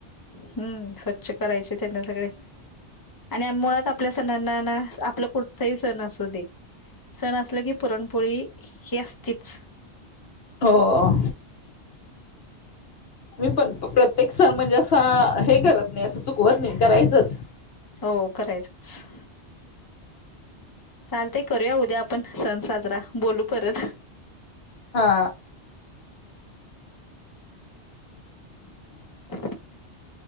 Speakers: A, on the left; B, on the left.
A: हम्म, स्वच्छ. करायचे त्यांना सगळे. आणि मुळात आपल्या सणांना ना आपलं कुठताही सण असू दे, सण असल की पुरणपोळी ही असतीच.
B: हो, मी पण प्रत्येक सण म्हणजे असा हे करत नाही, असं चुकवत नाही, करायचंच.
A: हो करायचच. चालत करूया उद्या आपण, सण साजरा. बोलू परत.
B: हा.
A: <unintelligible>